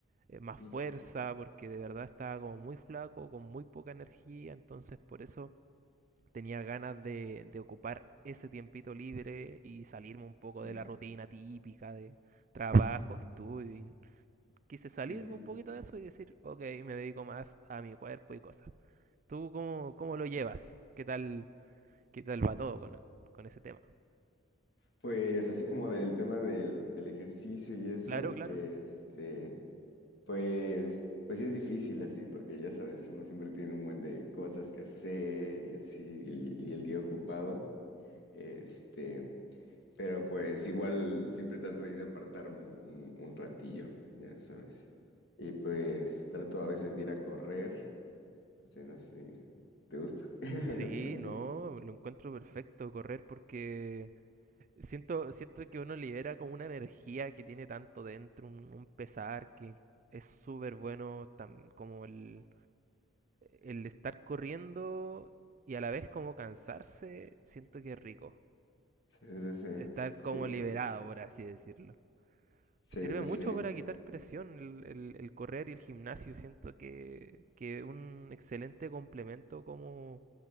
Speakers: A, on the right; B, on the left.
A: eh, más
B: ujú,
A: fuerza, porque de verdad estaba como muy flaco, con muy poca energía, entonces por eso tenía ganas de, de ocupar ese tiempito libre y salirme un poco
B: eh,
A: de la rutina típica de trabajo, estudio y quise salirme
B: ujú.
A: un poquito de eso y decir, ok, me dedico más a mi cuerpo y cosas. ¿Tú cómo, cómo lo llevas? ¿Qué tal, qué tal va todo con, con ese tema?
B: Pues así como del tema del, del ejercicio y eso,
A: Claro, claro.
B: este, pues, pues sí es difícil así, porque ya sabes, uno siempre tiene un buen de cosas que hacer y así, y el, y el día ocupado, este, pero pues igual siempre trato ahí de apartar un, un- un ratillo, ya sabes, y pues trato a veces de ir a correr, o sea, no sé si te gusta <laughs>
A: Sí,
B: también,
A: no, lo encuentro perfecto correr porque siento, siento que uno libera como una energía que tiene tanto dentro, un, un pesar que es súper bueno tam- como el, el estar corriendo y a la vez como cansarse, siento que es rico.
B: sí, sí, sí.
A: Estar como
B: Sí,
A: liberado, por así decirlo.
B: Sí,
A: Sirve
B: sí,
A: mucho
B: sí.
A: para quitar presión el, el- el correr y el gimnasio. Siento que que un excelente complemento como,